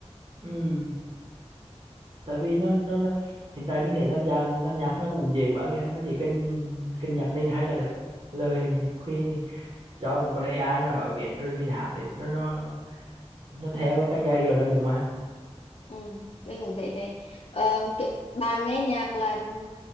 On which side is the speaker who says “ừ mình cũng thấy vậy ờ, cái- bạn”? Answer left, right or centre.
Left